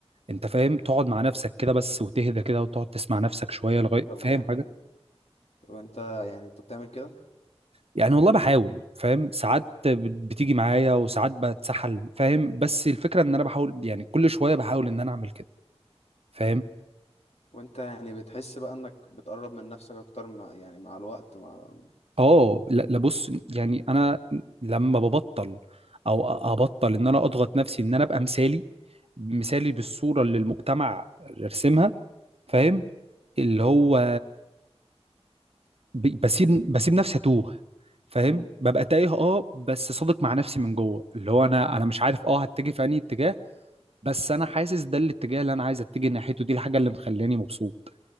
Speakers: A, on the right; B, on the left.
A: انت فاهم تقعد
B: امم
A: مع نفسك كده بس وتهدى كده وتقعد تسمع نفسك شويه لغايه
B: طب
A: فاهم
B: يعني وانت يعني انت بتعمل كده؟
A: يعني والله بحاول فاهم ساعات بت- بتيجي معايا وساعات بتسحل فاهم بس الفكرة ان انا بحاول يعني كل شوية بحاول ان انا اعمل كده فاهم
B: وانت يعني بتحس بقى انك بتقرب من نفسك اكتر مع يعني مع الوقت مع
A: اه لا لا بص يعني انا لما ببطل او أ- ابطل ان انا اضغط نفسي ان انا ابقى مثالي مثالي بالصورة اللي المجتمع رسمها فاهم اللي هو ب- بسيب بسيب نفسي اتوه فاهم
B: مم.
A: ببقى تايه اه بس صادق مع نفسي من جوه اللي هو انا انا مش عارف اه هتجه في انهي اتجاه بس انا حاسس ده الاتجاه اللي انا عايز اتجه ناحيته دي الحاجه اللي مخلاني مبسوط